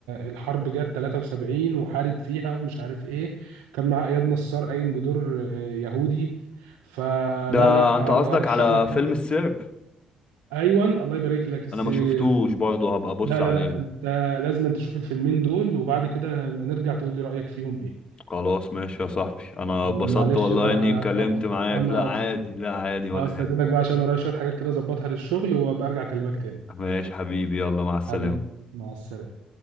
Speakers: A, on the right; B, on the left.
A: الحرب جت 73 وحارب فيها ومش عارف ايه كان معاه اياد نصار قايم بدور آه، يهودي فلا
B: ده
A: لا
B: انت قصدك
A: انا هرشح
B: على
A: لك كم
B: فيلم السرب
A: ايوه الله يبارك لك السير
B: انا ما شفتوش برضه هبقى ابص
A: لا
B: عليه
A: لا لا انت لازم انت تشوف الفيلمين دول وبعد كده نبقى نرجع تقول لي رأيك فيهم ايه
B: خلاص ماشي يا صاحبي انا
A: ومعلش
B: اتبسطت والله
A: بقى
B: اني اتكلمت
A: يلا
B: معاك
A: انا
B: لا
A: اكتر
B: عادي لا عادي ولا
A: اه استاذنك
B: حاجة
A: بقى عشان ورايا شوية حاجات كده اظبطها للشغل وابقى ارجع اكلمك تاني
B: ماشي حبيبي يلا مع السلامة
A: حبيبي مع السلامة